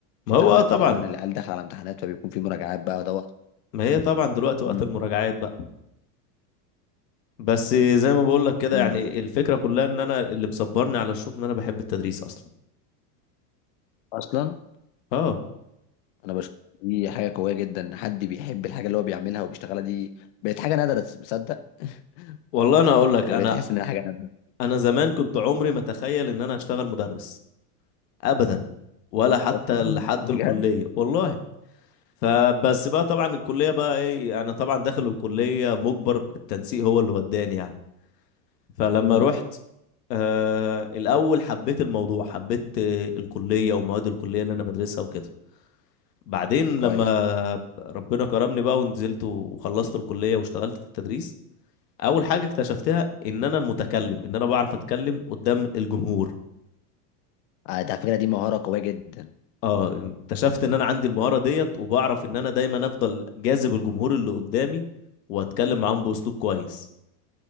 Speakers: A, on the left (about 85°); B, on the left (about 45°).
A: ما
B: مش انت
A: هو
B: عندك
A: طبعا
B: في تقريبا العيال داخله على امتحانات فبيكون في مراجعات بقى دوت
A: ما هي طبعا دلوقتي وقت
B: امم
A: المراجعات بقى بس زي ما بقول لك كده
B: امم
A: يعني الفكرة كلها ان انا اللي مصبرني على الشغل ان انا بحب التدريس اصلا
B: اصلا
A: اه
B: انا بشوف دي حاجه قويه جدا إن حد بيحب الحاجه اللي هو بيعملها وبيشتغلها دي بقت حاجه نادره تصدق
A: والله
B: يعني
A: انا اقول لك
B: انا
A: انا
B: بقيت احس انها حاجه نادره
A: انا زمان كنت عمري ما اتخيل ان انا هشتغل مدرس ابدا ولا حتى
B: اصلا
A: لحد
B: <laughs> بجد
A: الكلية والله فبس بقى طبعا الكلية بقى ايه انا طبعا داخل الكلية مجبر التنسيق هو اللي وداني يعني فلما
B: امم
A: رحت آه الأول حبيت الموضوع حبيت آه، الكلية ومواد الكلية اللي أنا بدرسها وكده بعدين لما
B: كويس
A: ربنا كرمني بقى ونزلت وخلصت الكلية واشتغلت في التدريس أول حاجة اكتشفتها إن أنا متكلم إن أنا بعرف أتكلم قدام الجمهور
B: آه، ده على فكره دي مهاره قويه جدا
A: اه اكتشفت ان انا عندي المهارة ديت وبعرف ان انا دايما افضل جاذب الجمهور اللي قدامي واتكلم معاهم باسلوب كويس